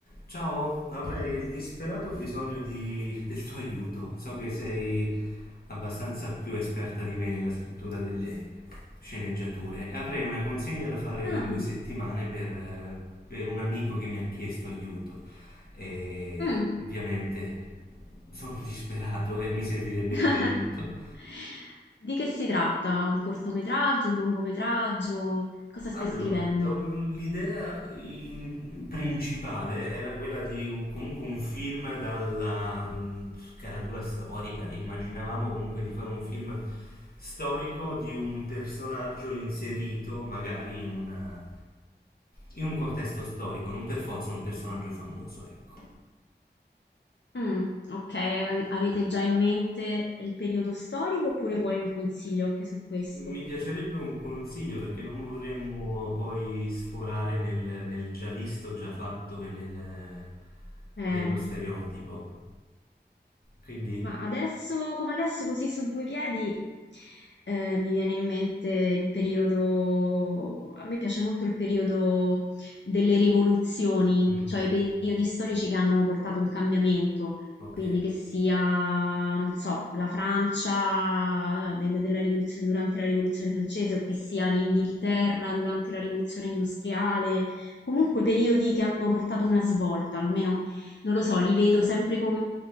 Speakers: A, on the left; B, on the left.
A: Ciao, avrei il disperato bisogno di- del tuo aiuto. So che sei abbastanza più esperta di me nella scrittura delle sceneggiature. e Avrei una consegna da fare
B: Ah,
A: in due settimane per, eh, per un amico che mi ha chiesto aiuto. E
B: mh.
A: ovviamente sono <laughs> disperato e mi servirebbe
B: <laughs>
A: il tuo aiuto.
B: Di che si tratta? Un cortometraggio, un lungometraggio? Cosa stai
A: Allora,
B: scrivendo?
A: do- l'idea in- principale era quella di u- comunque un film dalla mm, caratura storica. Immaginavamo comunque di fare un film storico di un personaggio inserito magari in una- in un contesto storico, non per forza un personaggio famoso, ecco.
B: Mm, ok, ave- avete già in mente il periodo storico oppure vuoi un consiglio anche su questo?
A: Mi piacerebbe un consiglio perché non vorremmo poi sforare nel, nel già visto, già fatto e nel-
B: Eh.
A: nello stereotipo. Quindi,
B: Ma adesso, come adesso, così su due piedi, eh, mi viene in mente il periodo, a me piace molto il periodo delle rivoluzioni,
A: mm,
B: cioè i
A: mm,
B: periodi storici che hanno portato un cambiamento,
A: ok.
B: quindi che sia, non so, la Francia del- della rivoluzione- durante la rivoluzione francese o che sia l'Inghilterra durante la rivoluzione industriale, comunque periodi che hanno portato una svolta, almeno non lo so, li vedo sempre